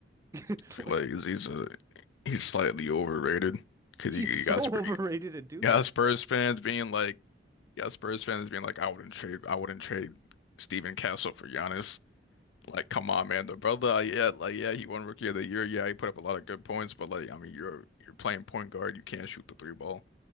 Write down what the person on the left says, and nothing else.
I feel
like he's he's, a he's slightly overrated because
you, you
got Spurs,
you
got Spurs fans being like, you got Spurs fans being like, I wouldn't trade, I wouldn't trade Stephen Castle for Giannis. Like, come on, man, the brother, uh, yeah, like, yeah, he won Rookie of the Year, yeah, he put up a lot of good points, but like, I mean, you're you're playing point guard, you can't shoot the three ball.